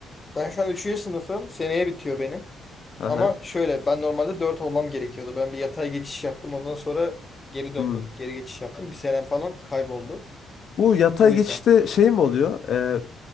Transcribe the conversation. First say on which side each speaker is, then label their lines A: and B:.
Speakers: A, on the left; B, on the left.
A: Ben şu an üçüncü sınıfım. Seneye bitiyor benim.
B: Hı hı.
A: Ama şöyle ben normalde 4 olmam gerekiyordu. Ben bir yatay geçiş yaptım. Ondan sonra geri döndüm.
B: Hmm.
A: Geri geçiş yaptım. Bir senem falan kayboldu.
B: Bu yatay
A: O
B: geçişte
A: yüzden.
B: şey mi oluyor? E,